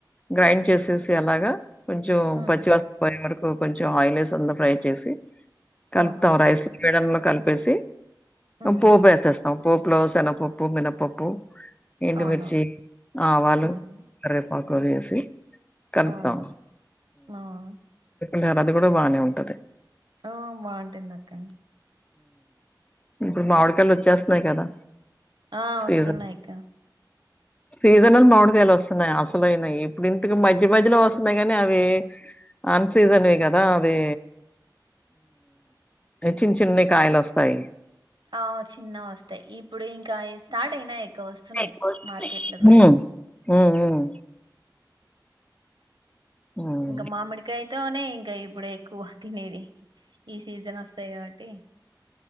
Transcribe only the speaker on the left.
గ్రైండ్ చేసేసి అలాగా కొంచం
పచ్చివాసం పోయామర కొంచెం ఆయిల్ వస్ ఫ్రై చేసి కల్పుత
రాయిస్ పేడ కలిపేసి
పోపు వేసేస్తాం పోపులో శనపప్పు మినపప్పు ఇంమిర్చి
ఆవాలు
కేపో గు అసి కలుపుతాం
లేరు అది కూడా బాగానే ఉంటది
ఇప్పుడు మా ఆడికాళ్ళు వచ్చేస్తున్నాయి కదా
సీజ
సీజన్ల్ మామిడికిలు వస్తున్నాయి ఆస అసనాయి ఇప్పుడు ఇంతకు మధ్య మధ్యలో వస్తున్నాయి కాని అవి ఆన్ సీజన్వి కదా అవి చిన్న చిన్న యి కాయలాస్తాయి
ఎక్కువ వస్తున్నాయి
మ్, మ్, మ్, మ్,